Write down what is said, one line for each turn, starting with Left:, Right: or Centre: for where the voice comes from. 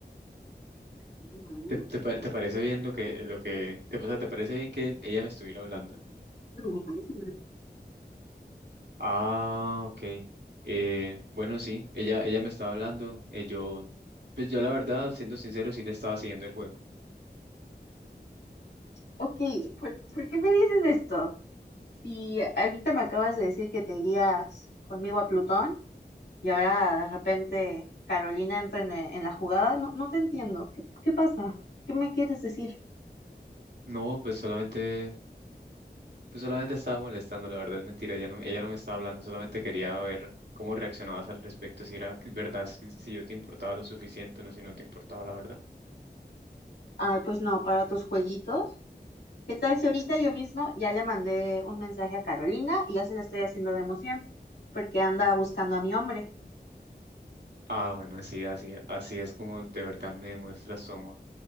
Left: claro, ¿no?
Right: ¿Te, te, pa- te parece bien lo que, lo que, te, o sea, te parece bien que ella me estuviera hablando?
Left: No, me parece mal.
Right: Ah, ok. Eh, bueno, sí, ella, ella me estaba hablando, eh, yo, pues yo la verdad, siendo sincero, sí le estaba siguiendo el juego.
Left: Ok, ¿por, por qué me dices esto? Y ahorita me acabas de decir que te irías conmigo a Plutón y ahora de repente Carolina entra en, en la jugada. No, no te entiendo. ¿Qué, qué pasa? ¿Qué me quieres decir?
Right: No, pues solamente Pues solamente estaba molestando, la verdad es mentira, ella no, ella no me estaba hablando, solamente quería ver cómo reaccionabas al respecto, si era que- verdad, si, si yo te importaba lo suficiente o no, si no te importaba la verdad.
Left: Ay, pues no, para tus jueguitos. ¿Qué tal si ahorita yo mismo ya le mandé un mensaje a Carolina y ya se la estoy haciendo de emoción? Porque anda buscando a mi hombre.
Right: Ah, bueno, sí, así, así es como de verdad me demuestras tu amor,